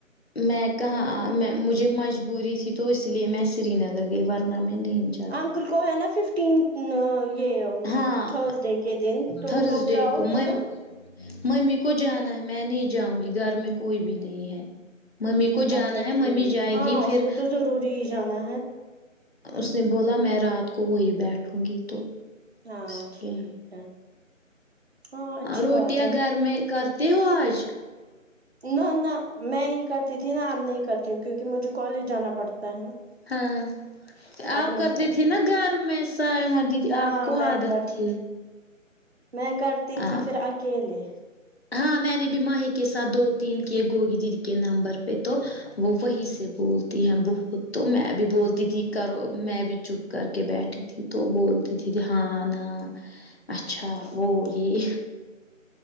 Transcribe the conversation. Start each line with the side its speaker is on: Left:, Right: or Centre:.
Left: میں کہاں میں مجھے مجبوری تھی تو اس لیے میں سری نگر گئی ورنہ میں نہیں جا
Right: انکل کو ہے نا ففٹین یہ
Left: ہاں
Right: تھرس ڈے کے دن تم
Left: تھرسڈے
Right: لوگ جاؤ
Left: کو
Right: گے
Left: میں
Right: نا
Left: ممی کو جانا ہے میں نہیں جاؤں گی گھر میں کوئی بھی نہیں ہے ممی کو جانا
Right: اچھا
Left: ہے
Right: ٹھیک
Left: ممی جائے
Right: ہاں
Left: گی پھر
Right: اس کو تو ضروری جانا ہے
Left: اس نے بولا میں رات کو وہی بیٹھوں گی تو
Right: ہاں
Left: اس لیے
Right: ٹھیک ہے ہاں اچھی
Left: روٹیاں
Right: بات ہے
Left: گھر میں کرتے ہو آج
Right: نہ نہ میں ہی کرتی تھی نا اب نہیں کرتی ہوں کیونکہ مجھے کالج جانا پڑتا ہے نا
Left: ہاں
Right: اب
Left: آپ
Right: نہیں
Left: کرتے
Right: کرتی
Left: تھے نا گھر میں سائمہ دیدی
Right: ہاں
Left: آپ کو
Right: میں
Left: عادت
Right: کرتی
Left: تھی
Right: میں کرتی
Left: ہاں
Right: تھی پھر اکیلے
Left: ہاں میں نے بھی ماہی کے ساتھ دو تین کیے گوگی دی کے نمبر پہ تو وہ وہی سے بولتی ہیں بہت تو میں بھی بولتی تھی کرو میں بھی چپ کر کے بیٹھی تھی تو بولتی تھی ہاں ن اچھا وہ یہ